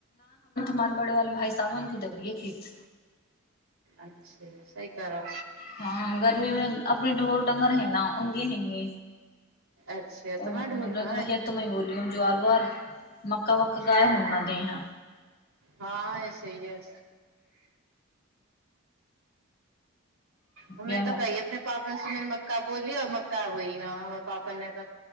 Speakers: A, on the left; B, on the right.
A: मालबड़े वाले भाइ साावन को दे दियए खेत
B: अच्छा सही करो
A: हँ गर्मीमे अपने ढोर ङंगर है ना औ गे हेंगे
B: अच्छा
A: तऽ
B: तुम्हें ढूंढना
A: बोल
B: है
A: भै ए तूमे बोलियौ जुआर वुआर मक्का वक्का
B: अच्छा।
A: गाय होन नहि देहँ
B: हँ ऐसे ही है हम
A: गेहूँ
B: ने त कही अपने पाप से मक क बोलियऔ मकाबहि न हम पापल ने क